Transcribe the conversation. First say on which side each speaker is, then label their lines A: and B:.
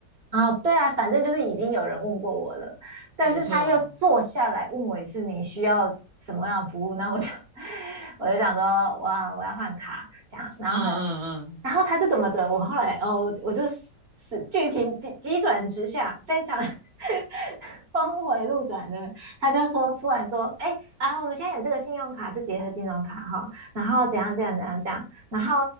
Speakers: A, on the right (about 35°); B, on the right (about 55°).
A: 哦，对啊，反正就是已经有人问过我了，但是他又坐下来问我一次你需要什么样的服务，
B: 没错，
A: 那我就 <laughs> 我就想说，哇，我要换卡这样，然后他
B: 嗯嗯
A: 然后他是怎么着？我后来哦，我我就是剧情急急转直下，非常 <laughs> 峰回路转的，他就说突然说，哎啊，我们现在有这个信用卡是结合金融卡哈，然后怎样怎样怎样怎样，然后